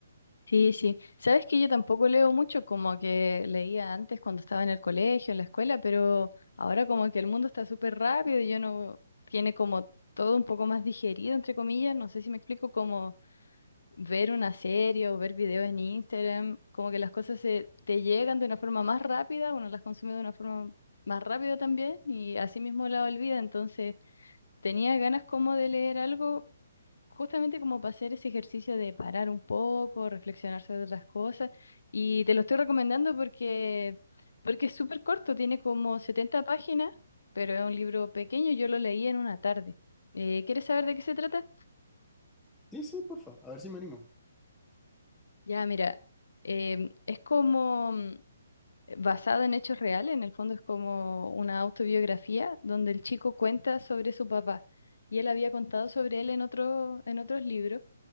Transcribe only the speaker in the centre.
Sí, sí, porfa, a ver si me animo.